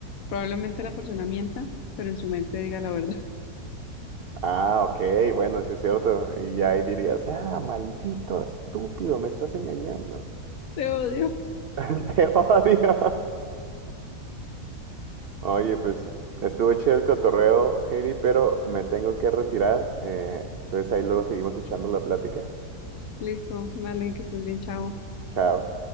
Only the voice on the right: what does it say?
Ah, ok, bueno, sí es cierto. Y ya ahí dirías, ah, maldito, estúpido, me estás engañando.
<laughs> Te odio. <laughs> Oye, pues estuvo chido el cotorreo, Heidi, pero me tengo que retirar. Eh, entonces ahí luego seguimos echando la plática.
Chao.